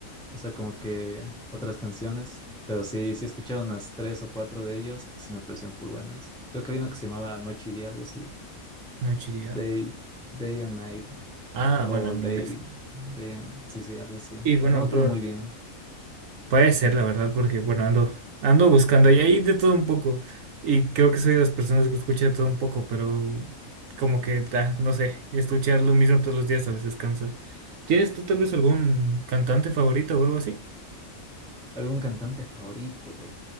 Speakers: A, in the centre; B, on the right (about 70°).
A: o sea, como que otras canciones, pero sí, sí he escuchado unas tres o cuatro de ellos que sí me parecían full buenas. Creo que había una que se llamaba Noche y Día, algo así.
B: Noche y día.
A: date Day and Night,
B: Ah,
A: o
B: bueno, en
A: date
B: inglés.
A: Day and, sí, sí, algo así.
B: Y bueno,
A: No me acuerdo
B: pu-
A: muy bien.
B: puede ser, la verdad, porque bueno, ando, ando buscando y hay de todo un poco. Y creo que soy de las personas que escucha de todo un poco, pero como que da, no sé, escuchar lo mismo todos los días a veces cansa. ¿Tienes tú tal vez algún cantante favorito o algo así?
A: ¿Algún cantante favorito?